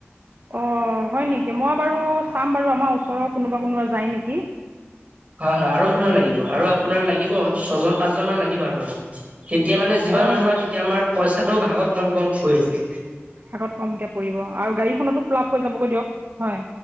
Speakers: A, on the right; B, on the right.
A: অ' হয় নেকি? মই বাৰু চাম বাৰু আমাৰ ওচৰৰ কোনোবা কোনোবা যায় নেকি।
B: হয়, হয় আৰু মানুহ লাগিব আৰু আপোনাৰ লাগিব ছয়জন, পাঁচজন মান লাগিব আৰু মানুহ। তেতিয়া মানে যিমান
A: অ
B: মানুহ হয় তেতিয়া আমাৰ পইচাটোও ভাগত কম, কম কৰিব।
A: ভাগত কমকে পৰিব আৰু গাড়ীখনতো ফ্লাপ হৈ যাবগৈ দিয়ক। হয়